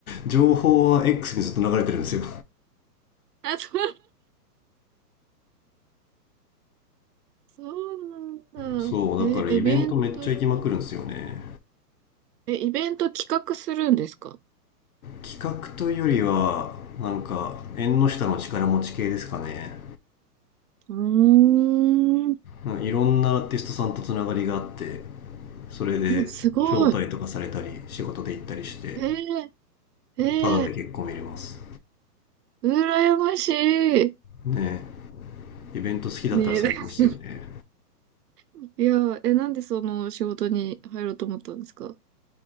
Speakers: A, on the left; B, on the right.
A: 情報は X にずっと流れてるんですよ
B: あ、そう、そうな
A: そうだからイベントめっちゃ行きまくるんですよね
B: んだ。えイベントき、え、イベント企画するんですか
A: 企画というよりはなんか縁の下の力持ち系ですかね
B: うーん、うん
A: なんかいろんなアーティストさんとつながりがあってそれで招待とかされたり仕事で行ったりして
B: すごい。えー、えー、
A: ただで結構見れます
B: 羨ましい。
A: ねえイベント好きだったら最高っすよね
B: ねえ、<laughs> いや、え、なんでその仕事に入ろうと思ったんですか